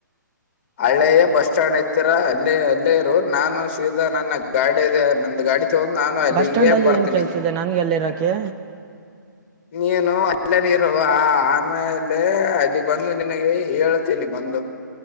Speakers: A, on the left; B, on the right.
A: ಹಳೆಯ ಬಸ್ ಸ್ಟ್ಯಾಂಡ್ ಐತೀರ ಅಲ್ಲಿ ಅಲ್ಲೇ ಇರು ನಾನು ಶಿವದ ನನ್ನ ಗಾಡಿದೆ ನಂದು ಗಾಡಿ ತಗೊಂಡ್ ನಾನು ಅಲ್ಲಿಗೆ
B: ಬಸ್ ಸ್ಟ್ಯಾಂಡ್ ಅಲ್ಲಿ
A: ಬರ್ತೀನಿ
B: ಏನ್ ಕೆಲ್ಸ ಇದೆ ನನ್ಗೆ ಅಲ್ಲಿರ ಓಕ್ಕೆ
A: ನೀನು ಅಲ್ಲ ಹ ಆಮೇ ಅಲ್ಲೇ ಅಲ್ಲಿ ಬಂದು ನಿನಗೆ ಹೇಳ್ತೇನಿ ಬಂದು